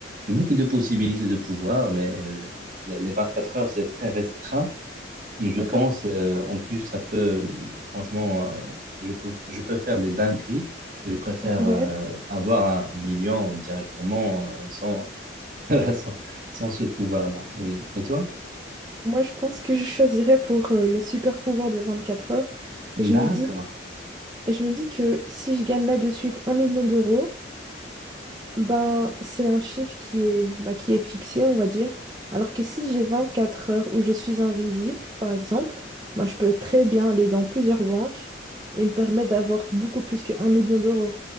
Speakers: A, on the right; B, on the right.
A: il y a beaucoup de possibilités de pouvoir, mais le- les 24 heures, c'est très restreint. Je
B: D'accord?
A: pense, euh, en plus, ça peut, franchement, euh, je peux, je peux faire des dingueries. Je préfère
B: <laughs>
A: euh, avoir un million directement euh, sans, <laughs> sans, sans ce pouvoir-là. Oui. Et toi?
B: Moi, je pense que je choisirais pour euh, le super pouvoir de 24 heures. Et Je
A: D'accord.
B: me dis, je me dis que si je gagne là de suite un million d'euros, ben c'est un chiffre qui est, bah, qui est fixé, on va dire. Alors que si j'ai 24 heures où je suis invisible, par exemple, ben, je peux très bien aller dans plusieurs banques et me permettre d'avoir beaucoup plus que un million d'euros.